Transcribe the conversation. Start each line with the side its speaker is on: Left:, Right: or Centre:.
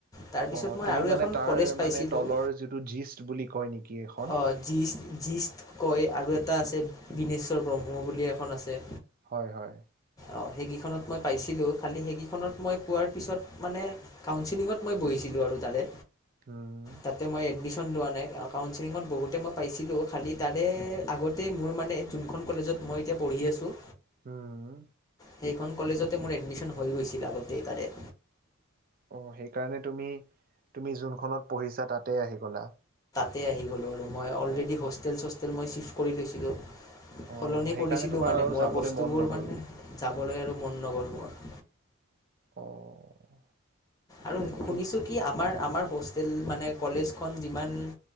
Left: তাৰপিছত
Right: অ'
Left: মই
Right: তুমি
Left: আৰু
Right: মানে
Left: এখন
Right: তাৰ
Left: কলেজ পাইছিলোঁ
Right: মানে তলৰ যিটো জিষ্ট বুলি কয় নেকি এ
Left: অ' জিচ জিষ্ট কয় আৰু এটা আছে বিনেশ্বৰ ব্ৰহ্ম বুলি এখন আছে।
Right: হয় হয়।
Left: অ' সেইকেইখনত মই পাইছিলো খালি সেইকেইখনত মই পোৱাৰ পিছত মানে কাউচিলিঙত মই বহিছিলো। আৰু তাৰে
Right: উম
Left: তাতে মই এডমিশন খন লোৱা নাই একা বহুতে মই পাইছিলো খালি, তাৰে আগতেই মোৰ মানে যোনখন কলেজত মই এতিয়া পঢ়ি আছো
Right: উম।
Left: সেইখন কলেজতে মোৰ এডমিশ্যন হৈ গৈছিল আগতে তাৰে।
Right: অ', সেইকাৰণে তুমি তুমি যোনখনত পঢ়িছা তাতেই আহি গ'লা।
Left: তে আহি গ'লো আৰু মই অ'লৰেডি
Right: অ
Left: হোষ্টেল-চছ মই ছিফ্ট কৰি লৈছিলো
Right: অ
Left: সলনি
Right: সেইকাৰণে
Left: কৰিছিলো
Right: তোমাৰ
Left: মানে
Right: আৰু
Left: মই
Right: যাবলৈ
Left: বস্তুবোৰ
Right: মন নগ'ল
Left: মানে, যাবলৈ আৰু মন নগ'ল মোৰ।
Right: অ'।
Left: আৰু
Right: তুম
Left: শুনিছো কি আমাৰ আমাৰ হোষ্টেল মানে কলেজখন যিমান